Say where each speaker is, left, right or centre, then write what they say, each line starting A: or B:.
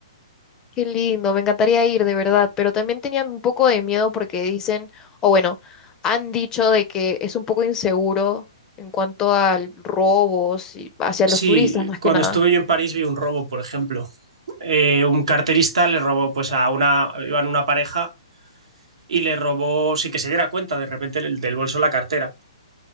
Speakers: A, on the left; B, on the right.
A: qué lindo, me encantaría ir de verdad, pero también tenía un poco de miedo porque dicen, o bueno, han dicho de que es un poco inseguro en cuanto a robos y hacia
B: Sí,
A: los turistas más
B: cuando
A: que nada.
B: estuve yo en París vi un robo, por ejemplo. eh, un carterista le robó pues a una, iban una pareja y le robó sin que se diera cuenta de repente del, del bolso la cartera.